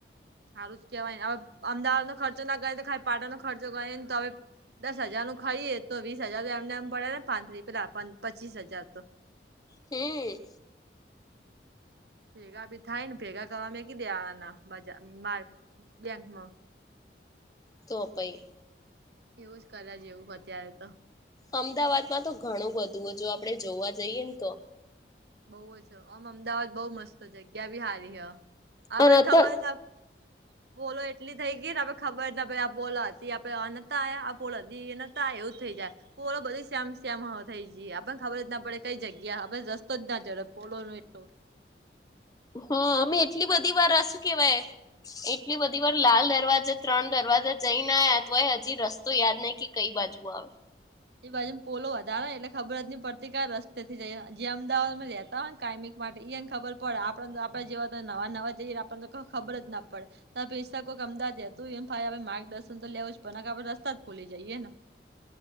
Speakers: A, on the right; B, on the left.
A: સારું જ કેહેવાય હવે અમદાવાદ નો ખર્ચો ના ગ ખ પાટણનોો ખર્ચો ગને તો હવે દસ હજારું ખાઈએ તો વીસ હજાર તો એમને એમ પડે ને પાં થ્રી પેલા પચીસ હજાર તો
B: એ
A: ભેગા બી થાય ને ભેગા કરવા મેકી દેવાના બજ મા બેંકમાં
B: તોપઈ
A: એવું જ કર્યા જેવું અત્યારે તો
B: અમદાવાદમાં તો ઘણું બધું હો જો આપડણે જોવા જઈએ ને તો
A: બઉ છે આમ અમદાવાદ બઉ મસ્ત જગ્યા બી હારી હ આપણને
B: અને અત્યાર
A: ખબર ના બોલો એટલી થઈ ગઈ ને આપણે ખબર આ બોલા હતી આપે ન આ્યા આ બોલ હતી એ એવું જ થઈ જાય પોલો બધી શ્યામ શ્યામ થઈ જઈ આપણને ખબર જ ના પડે કઈ જગ્યા હ બધા જ ના જરા પોલો એટું.
B: હા અમે એટલી બધી વાર આહશું કેવાય એટલી બધી વાર લાલ દરવાજા ત્રણ દરવાજા જઈ ના આવ્યા તો હોય હજી રસ્તો યાદ નહી કઈ બાજુ આવે
A: એ બાજુને પોલો વધારે એટલે ખબર જ નહી પડતી કઈ રસ્તે થી જાય જે અમદાવાદ માં રતા હોય ને કાયમિક માટે એને ખબર પડે આપણને તો આપણે જેવા તો નવા નવા જઈએ આપણને તો ખબર જ ના પડે ત પૈસા કોઈ અમદાજેતું એમાઈ આપ માર્ગદર્શન તો લેવું જ પણ આપણે રસ્તા જ ખોલી જઈએ ને